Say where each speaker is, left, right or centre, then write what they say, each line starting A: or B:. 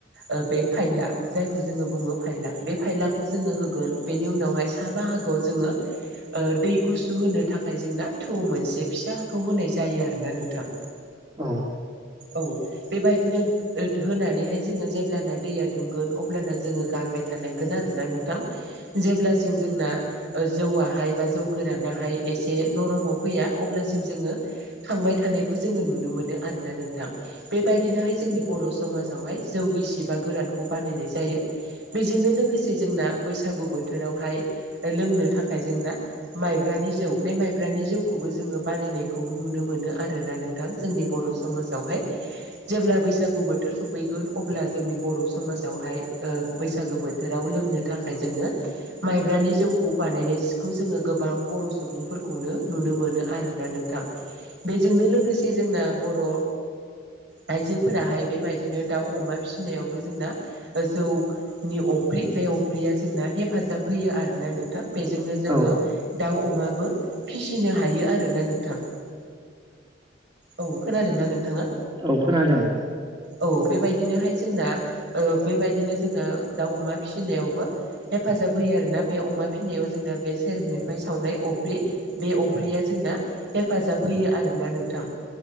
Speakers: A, on the right; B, on the right.
A: ओ बे फाइला जायखौ जोङो बुङो फायला बे फायलाखौ जोङो होगोन बेनि उनावहाय सा बाहागोआव जोङो दै गुसु होनो थाखाय जोंना थौ मोनसे फिसाखौ होनाय जायो आरोना नोंथां।
B: औ।
A: औ बेबायदिनो होनानैहाय जोङो जेब्लाना दैया दुंगोन अब्लाना जोङो गारबाय थानांगोन आरो ना नोंथां।
B: <inaudible>
A: जेब्लासिम जोंना जौआहाय बा जौ गोरानाहाय एसे नरमाव फैया अब्लासिम जोङो खांबाय थानायखौ जोङो नुनो मोनो आरोना नोंथां। बेबायदिनोहाय जोंनि बर' समाजावहाय जौ गिसि बा गोरानखौ बानायनाय जायो। बेजोंनो लोगोसे जोंना बैसागु बोथोरावहाय लोंनो थाखाय जोंना माइब्रानि जौ बे माइब्रानि जौखौबो जोङो बानायनाय खौ नुनो मोनो आरोना नोंथां जोंनि बर' समाजावहाय। जेब्ला बैसागु बोथोर सफैगोन अब्ला जोंनि बर' समाजावहाय ओ बैसागु बो थोराव लोंनो थाखाय जोंनो माइब्रानि जौखौ बानायनाय सिखौ जोङो गोबां बर' सुबुंफोरखौनो नुनो मोनो आरोना नोंथां। बेजोंनो लोगोसे जोंना बर' आइजोफोराहाय बेबायदिनो दाउ अमा फिसिनायावबो जोंना जौनि अफ्रि बे अफ्रिया जोंना हेफाजाब होयो आरोना नोंथां। बेजोंनो
B: औ
A: जोङो दाउ अमाबो फिसिनो हायो आरोना नोंथां। औ खोनादों ना नोंथाङा?
B: औ खोनादों
A: औ बेबायदिनोहाय जोंना ओ बेबायदिनो जोंना दाउ अमा फिसिनायावबो हेफाजाब होयो आरोना बे अमा फिनायाव जोंना बे सेरोबनिफ्राय सावनाय अफ्रि बे अफ्रिया जोंना हेफाजाब होयो आरोना नोंथां।